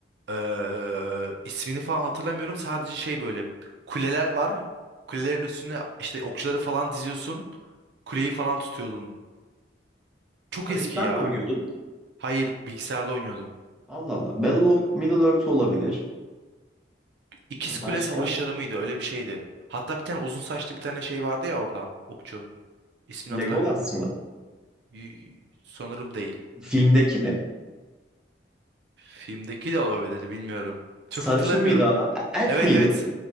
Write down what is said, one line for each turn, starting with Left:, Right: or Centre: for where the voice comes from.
Right: Eee ismini falan hatırlamıyorum. Sadece şey böyle kuleler var. Kulelerin üstüne işte okçuları falan diziyorsun. Kuleyi falan tutuyordun. Çok
Centre: Arayıcıdan
Right: eski ya.
Centre: mı oynuyordun?
Right: Hayır, bilgisayarda oynuyordum.
Centre: Allah Allah. Battle of Middle Earth olabilir.
Right: İkiz
Centre: Başka?
Right: Kule Savaşları mıydı? Öyle bir şeydi. Hatta bir tane uzun saçlı bir tane şey vardı ya orada. Okçu. İsmini
Centre: Legolas
Right: hatırlamıyorum.
Centre: mı?
Right: Y- Sanırım değil.
Centre: Filmdeki mi?
Right: Filmdeki de olabilir, bilmiyorum.
Centre: Sarışın
Right: Çok hatırlamıyorum.
Centre: mıydı adam? Elf
Right: Evet
Centre: miydi?
Right: evet.